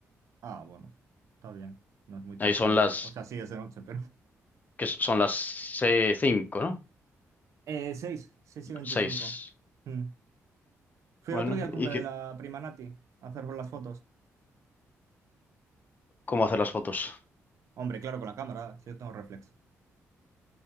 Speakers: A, on the right; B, on the left.
A: Ah, bueno. Está bien. No es muy tarde
B: Ahí son
A: aún.
B: las,
A: O sea, sí, es de noche, pero... <laughs>
B: que son las se- 5, ¿no?
A: Eh, seis, seis y 25.
B: 6.
A: Mm. Fui
B: Bueno,
A: el otro día al cumple
B: ¿y qué,
A: de la prima Nati a hacer las fotos.
B: cómo hacer las fotos?
A: Hombre, claro, con la cámara, si yo tengo reflex.